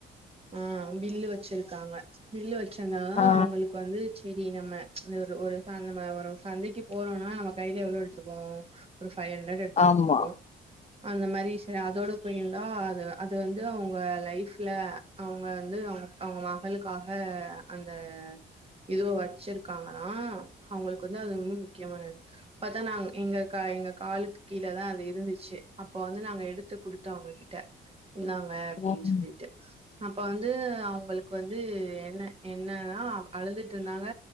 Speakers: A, on the right; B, on the left.
A: ஆ பில்லு வச்சிருக்காங்க பில்லு வச்சிருந்தாதா
B: ஆ
A: அவங்களுக்கு வந்து செரி நம்ம இந்த ஒரு அந்தமாரி ஒரு சந்தக்கி போறோனா நம்ம கைல எவ்ளோ எடுத்துட்டுப்போவோ ஒரு ஃபைவ் ஹண்ட்ரட் எடுத்துட்டு
B: ஆமா
A: போவோ அந்த மாரி சரி அதோட போய்ந்தா அத அத வந்து அவ்ங்க லைஃப்ல அவ்ங்க வந்து அவ்ங்க அவ்ங்க மகளுக்காக அந்த இதுவா வச்சிருக்காங்களா அவ்ங்களுக்கு வந்து அது ரொம்ப முக்கியமானது பாத்தா நாங் எங்க க எங்க காலுக்கு கீழதா அது இருந்துச்சு அப்ப வந்து நாங்க எடுத்து குடுத்தோ அவ்ங்கக்கிட்ட இந்தாங்க அப்டின்
B: ம்
A: சொல்லி ட்டு அப்ப வந்து அவ்ங்களுக்கு வந்து என்ன என்னன்னா அழுதுட்ருந்தாங்க